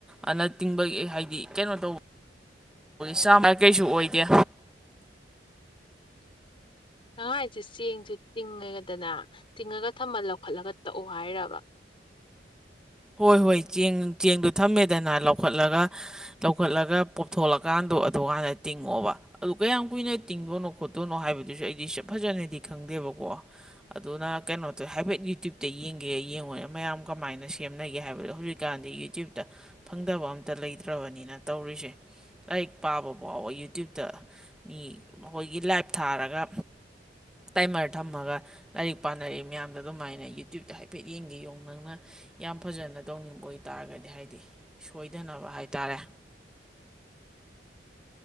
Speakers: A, in the centre; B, on the left.
A: ꯑꯅ ꯇꯤꯡꯕꯒꯤ ꯍꯥꯏꯗꯤ ꯀꯩꯅꯣ ꯇꯧꯕ ꯆꯥ ꯀꯩꯁꯨ ꯑꯣꯏꯗꯦ
B: <unintelligible> ꯅꯍꯥꯏꯁꯦ ꯆꯦꯡꯁꯨ ꯇꯤꯡꯉꯒꯗꯅ ꯇꯤꯡꯉꯒ ꯊꯝꯃ ꯂꯧꯈꯠꯂꯒ ꯇꯛꯎ ꯍꯥꯏꯔꯕ <unintelligible>
A: ꯍꯣꯏ ꯍꯣꯏ ꯆꯦꯡ ꯆꯦꯡꯗꯨꯣ ꯊꯝꯃꯦꯗꯅ ꯂꯧꯈꯠꯂꯒ ꯂꯧꯈꯠꯂꯒ ꯄꯣꯞꯊꯣꯛꯂꯀꯥꯟꯗ ꯑꯗꯣ ꯑꯗꯨꯀꯥꯟꯅ ꯇꯤꯡꯉꯛꯑꯣꯕ ꯑꯗꯨ ꯀꯌꯥꯝ ꯀꯨꯏꯅ ꯇꯤꯡꯗꯣꯏꯅꯣ ꯈꯣꯠꯇꯣꯏꯅꯣ ꯍꯥꯏꯕꯗꯨꯁꯨ ꯑꯩꯗꯤ ꯁ ꯐꯖꯅꯗꯤ ꯈꯪꯗꯦ ꯕꯀꯣ ꯑꯗꯨꯅ ꯀꯩꯅꯣꯗ ꯍꯥꯏꯐꯦꯠ ꯌꯨꯇꯌꯨꯕꯇꯒꯦ ꯌꯦꯡꯉ ꯃꯌꯥꯝ ꯀꯃꯥꯏꯅ ꯁꯦꯝꯅꯒꯦ ꯍꯥꯏꯕꯗꯣ ꯍꯧꯖꯤꯛꯀꯥꯟꯗꯤ ꯌꯨꯇ꯭ꯌꯨꯕꯇ ꯐꯪꯗꯕ ꯑꯝꯇ ꯂꯩꯇ꯭ꯔꯕꯅꯤꯅ ꯇꯧꯔꯤꯁꯦ ꯂꯥꯏꯔꯤꯛ ꯄꯥꯕ ꯐꯥꯎꯕ ꯌꯨꯇ꯭ꯌꯨꯕꯇ ꯃꯤ ꯃꯈꯣꯏꯒꯤ ꯂꯥꯏꯚ ꯊꯥꯔꯒ ꯇꯥꯏꯃꯔ ꯊꯝꯃꯒ ꯂꯥꯏꯔꯤꯛ ꯄꯥꯅꯔꯦ ꯃꯌꯥꯝꯗ ꯑꯗꯨꯃꯥꯏꯅ ꯌꯨꯇ꯭ꯌꯨꯕꯇ ꯍꯥꯏꯐꯦꯠ ꯌꯦꯡꯒ ꯌꯧ ꯅꯪꯅ ꯌꯥꯝ ꯐꯖꯅ ꯇꯧꯅꯤꯡꯕ ꯑꯣꯏꯇꯥꯥꯔꯒꯗꯤ ꯍꯥꯏꯗꯤ ꯁꯣꯏꯗꯅꯕ ꯍꯥꯏꯇꯥꯔꯦ
B: <unintelligible>